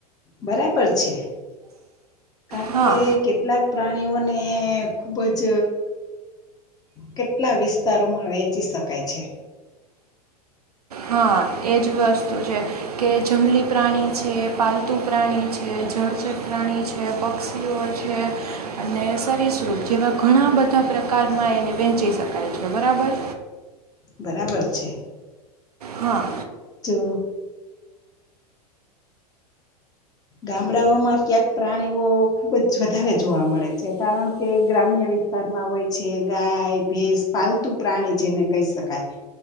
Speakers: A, on the left; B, on the right.
A: બરાબર છે કારણ
B: હા
A: કે કેટલાક પ્રાણી પ્રાણીઓને ખુબ જ કેટલા વિસ્તારોમાં વેચી શકાય છે
B: હા એજ વસ્તુ છે કે જંગલી પ્રાણી છે પાલતુ પ્રાણી છે જળચત પ્રાણી છે પક્ષીઓ છે અને સરીસૃપ જેવા ઘણા બધા પ્રકારમાં એને વેંચી શકાય છે બરાબર
A: બરાબર છે
B: હા
A: જો ગામડાઓમાં ક્યાંક પ્રાણીઓ ખૂબ જ વધારે જોવા મળે છે કારણ કે ગ્રામ્ય વિસ્તારમાં હોય છે ગાય ભેસ પાલતુ પ્રાણી જેને કહી શકાય